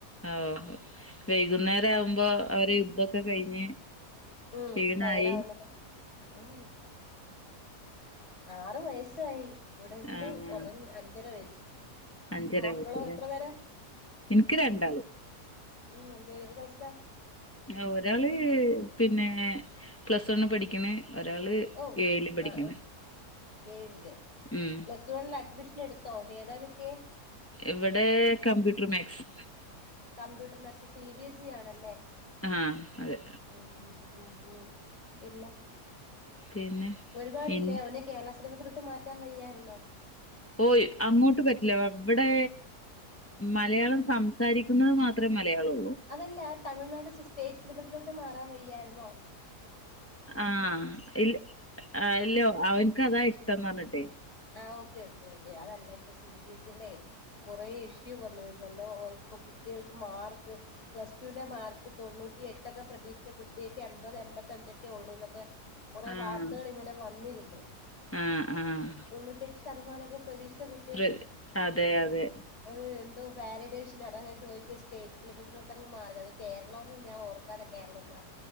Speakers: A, on the left (about 20°); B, on the left (about 45°).
A: ഓഹ് വൈകുന്നേരം
B: ഉം ഉം
A: ആവുമ്പോ അവര് യുദ്ധോക്കെ കഴിഞ്ഞ്
B: ൻ
A: ക്ഷീണായി
B: ടയേഡ് ആവണ്ട <unintelligible> മ് ആറ് വയസായി ഇവിടെണ്ട്
A: ആഹ്
B: ഒറങ്ങി അഞ്ചര വയസ്സ്.
A: അഞ്ചര
B: മക്കളോ
A: വയസ്സ്ലേ
B: എത്ര പേരാ
A: എനിക്ക് രണ്ടാള്.
B: മ് <unintelligible>
A: <unintelligible> ഒരാള് പിന്നെ പ്ലസ് വൺ പഠിക്കണ്. ഒരാള്
B: ഓഹ്
A: ഏഴില് പഠിക്ക്ണ്
B: ആഹ് ഏഴില്
A: ഉം
B: പ്ലസ് വണ്ണിൽ അഡ്മിഷൻ എടു ത്തോ? ഏതാ കിട്ടിയെ?
A: ഇവിടെ computer maths.
B: Computer maths, C B S C ആണല്ലേ
A: ആഹ് അതെ
B: മ് മ് മ് മ് പിന്നെ
A: പിന്നെ
B: ഒരുപാടില്ലേ
A: ഇൻ
B: അവന് കേരള സിലബസിലോട്ട് മാറ്റാൻ വയ്യായിരുന്നോ.
A: ഓയ് അങ്ങോട്ട് പറ്റില്ല, ഇവിടെ മലയാളം സംസാരിക്കുന്നത് മാത്രേ മലയാളം ഒള്ളൂ.
B: അതല്ല ആ തമിഴ്നാട് സ് സ്റ്റേറ്റ് സിലബസിലോട്ട് മാറാൻ വയ്യായായിരുന്നോ.
A: ആഹ് ഇല് ആഹ് ഇല്ലോ അവനക്ക് അതാ ഇഷ്ടംന്ന് പറഞ്ഞിട്ടെ.
B: ആഹ് ഓക്കെ ഓക്കെ ഓക്കെ അതല്ല ഇപ്പ സി ബി എസ് സിടെ കൊറേ ഇഷ്യൂ വന്നിരുന്നല്ലോ ഇപ്പ കുട്ടികൾക്ക് മാർക്ക് പ്ലസ് ടുന്റെ മാർക്ക് തൊണ്ണൂറ്റി എട്ടൊക്കെ പ്രതീക്ഷിച്ച കുട്ടിയക്ക് എമ്പത് എൺപത്തഞ്ചൊക്കെ ഒള്ളൂന്നൊക്കെ കുറെ
A: ആഹ്
B: വാർത്തകളിങ്ങനെ വന്നിരുന്നു.
A: ആഹ് ആഹ്
B: തൊണ്ണൂറ്റെട്ട് ശതമാനൊക്കെ പ്രതീക്ഷിച്ച കു
A: പ്ര അതെ യതെ
B: അത് എന്തോ വാലിഡേഷൻ അതാ ഞാൻ ചോയ്ച്ചു സ്റ്റേറ്റ് സിലബസിലോട്ടങ് മാറിയത് അത് കേരളോന്ന് ഞാൻ ഓർക്കാതെ കേരളം മാ <unintelligible>